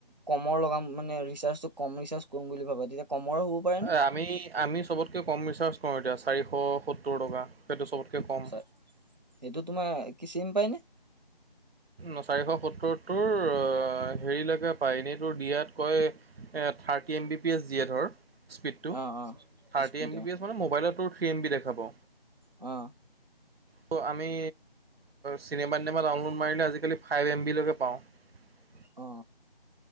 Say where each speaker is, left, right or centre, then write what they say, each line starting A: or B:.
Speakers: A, on the right; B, on the right.
A: কমৰ লগাম মানে ৰিচাৰ্জটো কম ৰিচাৰ্জ কৰম বুলি ভাবে তেতিয়া কমৰো হ'ব পাৰে নে
B: এ আমি আমি চবতকে কম ৰিচাৰ্জ কৰো এতিয়া চাৰিশ সত্তৰ টকা সেইটো চবতকে কম
A: সেইটো তোমাৰ কি চিম পাই নে
B: উ চাৰিশ সত্তৰটোৰ হেৰিলৈকে পায় এনেই তোৰ দিয়াত কয় থাৰ এম বি পি এছ দিয়ে ধৰ স্পীডটো
A: অ
B: থাৰ্টি
A: অ স্পীড
B: এম
A: অ
B: বি প এছ মানে মোবাইলতো থ্ৰী এম বি দেখাব
A: অ
B: ত' আমি চিনেমা দিনেমা ডাউনলোড মাৰিলে আজিকালি ফাইভ এম বি লৈকে পাওঁ উ
A: অ